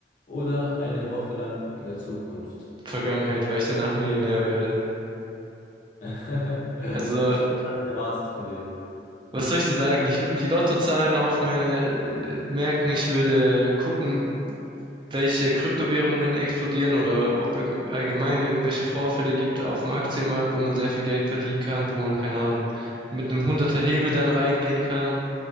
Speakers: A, on the left; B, on the right.
A: oder eine Woche lang in der Zukunft?
B: Vergangenheit, weil ich danach Millionär werde.
A: <laughs> Das
B: Also,
A: habe ich gar nicht erwartet von dir.
B: Was soll ich dir sagen? Ich würde mir die Lottozahlen aufmerken. Ich würde gucken, welche Kryptowährungen explodieren oder ob irg allgemein irgendwelche Vorfälle gibt auf dem Aktienmarkt, wo man sehr viel Geld verdienen kann, wo man, keine Ahnung, mit einem hunderter Hebel dann reingehen kann.